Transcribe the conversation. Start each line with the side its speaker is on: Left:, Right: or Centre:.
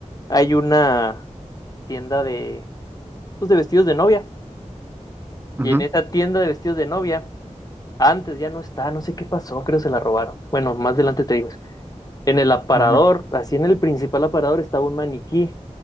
Left: hay una tienda de, pues, de vestidos de novia.
Right: <laughs>
Left: Y
Right: Ujú,
Left: en esa tienda de vestidos de novia, antes ya no está, no sé qué pasó, creo se la robaron. Bueno, más adelante te digo. eso. En el aparador,
Right: ujú.
Left: así en el principal aparador, estaba un maniquí